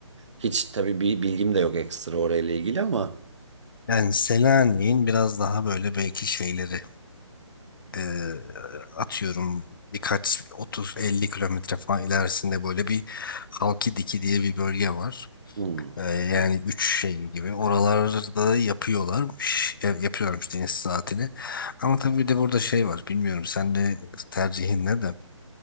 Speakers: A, on the right (about 65°); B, on the left (about 45°).
A: Hiç tabii bir bilgim de yok ekstra orayla ilgili ama
B: Yani Selanik'in biraz daha böyle belki şeyleri e, atıyorum birkaç 30-50 kilometre falan ilerisinde böyle bir Halkidiki diye bir bölge var.
A: hmm.
B: Ee, yani üç şey gibi oralarda yapıyorlarmış. Ya- Yapıyorlarmış deniz tatili. Ama tabii bir de burada şey var. Bilmiyorum sen de tercihin ne de.